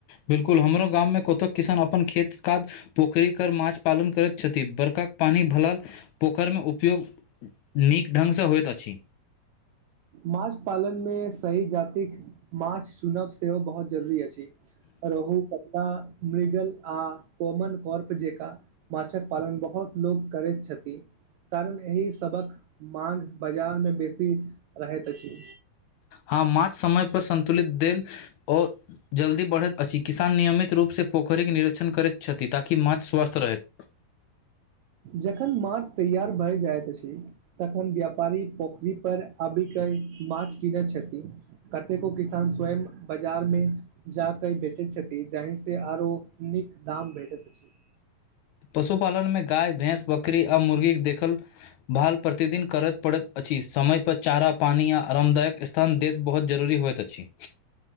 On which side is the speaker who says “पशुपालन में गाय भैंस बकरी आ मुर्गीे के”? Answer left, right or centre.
Left